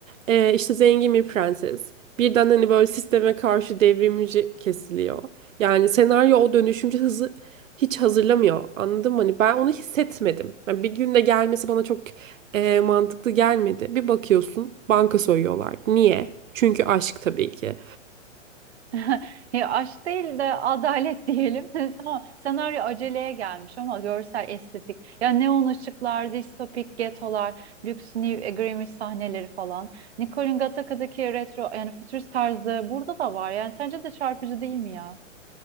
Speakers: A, on the right (about 80°); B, on the right (about 55°).
A: Ee, işte zengin bir prenses. Birden hani böyle sisteme karşı devrimci kesiliyor. Yani senaryo o dönüşümce hızı hiç hazırlamıyor. Anladın mı? Hani ben onu hissetmedim. Yani bir günde gelmesi bana çok e, mantıklı gelmedi. Bir bakıyorsun banka soyuyorlar. Niye? Çünkü aşk tabii ki.
B: <laughs> Ya aşk değil de adalet diyelim. <laughs> Tamam. Senaryo aceleye gelmiş ama görsel estetik. Ya neon ışıklar, distopik getolar, lüks New Agreement sahneleri falan. Nicole'in Gattaca'daki retro yani fütürist tarzı burada da var. Yani sence de çarpıcı değil mi ya?